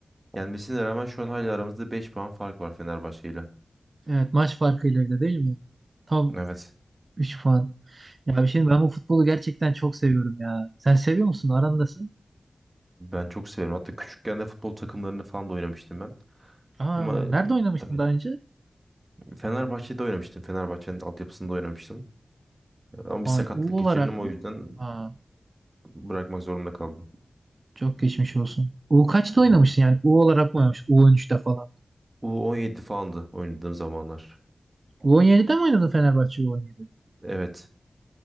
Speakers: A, on the right; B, on the right.
A: Yenmesine rağmen şu an hala aramızda beş puan fark var Fenerbahçe ile.
B: Evet maç farkıyla bile değil mi? Tam
A: Evet.
B: 3 puan. Ya bir şey diyeyim, ben bu futbolu gerçekten çok seviyorum ya. Sen seviyor musun? Arandasın.
A: Ben çok severim. Hatta küçükken de futbol takımlarında falan da oynamıştım ben.
B: Aa,
A: Ama e,
B: nerede oynamıştın
A: evet
B: daha önce?
A: Fenerbahçe'de oynamıştım. Fenerbahçe'nin altyapısında oynamıştım. Ama
B: Ay
A: bir sakatlık
B: U
A: geçirdim
B: olarak
A: o
B: mı?
A: yüzden
B: Aa,
A: bırakmak zorunda kaldım.
B: çok geçmiş olsun. U kaçta
A: Hı.
B: oynamıştın yani? U olarak mı oynamış? u on üç'te falan.
A: u on yedi falandı oynadığım zamanlar.
B: U17'de mi oynadın Fenerbahçe U17?
A: Evet.